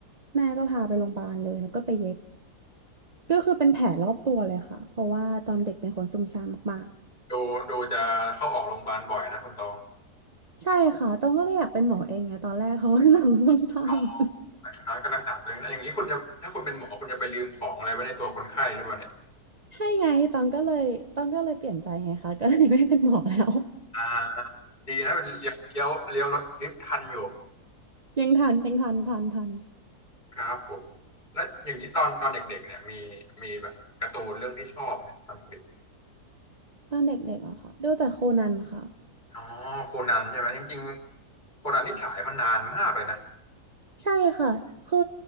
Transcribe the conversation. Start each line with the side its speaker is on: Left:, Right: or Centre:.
Right: แม่ก็พาไปโรงพยาบาลเลยแล้วก็ไปเย็บก็คือเป็นแผลรอบตัวเลยค่ะเพราะว่าตอนเด็กเป็นคนซุ่มซ่ามมาก
Left: ดูดูจะเข้าออกโรงพยาบาลบ่อยนะคุณตอง
Right: ใช่ค่ะตองก็เลยอยากเป็นหมอเองไงตอนแรกเพราะว่าหนังส้ซ้ำ
Left: นอนยงน้อยก็รักษาตัวเองแล้วอย่างนี้คุณจะถ้าคุณเป็นหมอคุณจะไปลืมของอะไรไว้ในตัวคนไข้หรือเปล่าเนี่ย
Right: ๆใช่ไงตองก็เลยตองก็เลยเปลี่ยนใจไงคะก็เลยไม่เป็นหมอแล้ว
Left: อ่า ดีนะเป็นเลี้ยวเลี้ยวเลี้ยวรถดริฟท์ทันอยู่
Right: ยังทันยังทันทันทัน
Left: ครับผมแล้วอย่างนี้ตอนตอนเด็กๆเนี่ยมีมีแบบการ์ตูนเรื่องที่ชอบไหมตอนเด็ก
Right: ตอนเด็กๆอะค่ะดูแต่โคนันค่ะ
Left: ๆอ๋อโคนันใช่ไหมจริงๆโคนันที่ฉายมานานมากเลยนะ
Right: ใช่ค่ะคือ